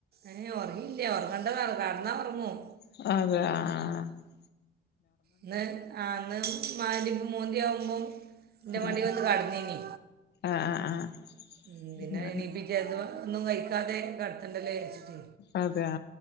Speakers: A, on the right; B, on the left.
A: ഏയ് ഉറങ്ങില്ലേ ഉറങ്ങേണ്ടറ കടന്നാ ഉറങ്ങും.
B: അതെ ആഹ് ആഹ്
A: ഇന്ന് ആന്ന് മരി മൂന്തിയാവുമ്പോം. എന്റെ
B: ആഹ്
A: മടി വന്ന് കടന്നിനി
B: ആഹ് ആഹ്
A: ഉം പിന്നെ.
B: അങ്ങനെ
A: പിറ്റേന്ന്അത് ഒന്നും കഴിക്കാതെ കിടത്തണ്ടല്ലേ കയച്ചിട്ട്.
B: അതെയ